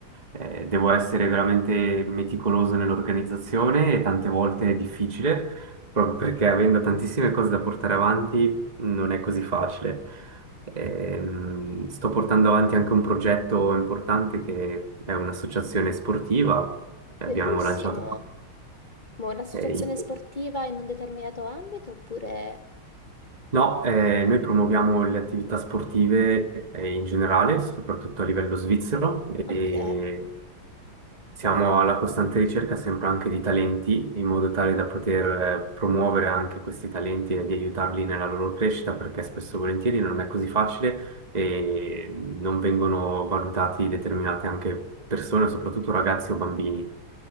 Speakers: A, on the right (about 20°); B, on the left (about 45°).
A: Eh, devo essere veramente meticoloso nell'organizzazione e tante volte è difficile, proprio perché avendo tantissime cose da portare avanti non è così facile. Ehm, sto portando avanti anche un progetto importante che è un'associazione sportiva che
B: Bellissimo!
A: abbiamo lanciato.
B: Ma un'associazione
A: eh, in-
B: sportiva in un determinato ambito oppure...
A: No, eh, noi promuoviamo le attività sportive eh, in generale, soprattutto a livello svizzero. e
B: Ok,
A: Siamo alla costante ricerca sempre anche di talenti, in modo tale da poter eh, promuovere anche questi talenti e di aiutarli nella loro crescita, perché spesso e volentieri non è così facile e non vengono valutati determinate anche persone, soprattutto ragazzi o bambini.